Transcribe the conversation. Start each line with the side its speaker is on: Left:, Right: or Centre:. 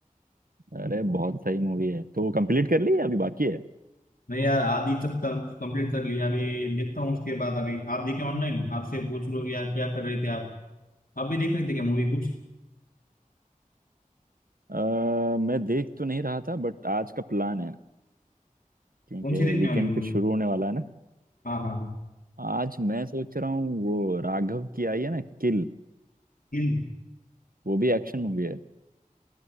Right: अरे बहुत सही मूवी है तो कंप्लीट कर ली या अभी बाकी है
Left: नहीं यार आधी तक कंप्लीट कर लिया अभी देखता हूँ उसके बाद अभी आप देखे ऑनलाइन आपसे पूछ लो यार क्या कर रहे थे आप आप भी देख रहे थे क्या मूवी कुछ
Right: अ, मैं देख तो नहीं रहा था बट आज का प्लान है क्योंकि
Left: कौन सी देखने
Right: वीकेंड
Left: वाले मूवी
Right: फिर शुरू होने वाला है ना
Left: हाँ हाँ हाँ
Right: आज मैं सोच रहा हूँ वो राघव की आई है ना किल
Left: किल
Right: वो भी एक्शन मूवी है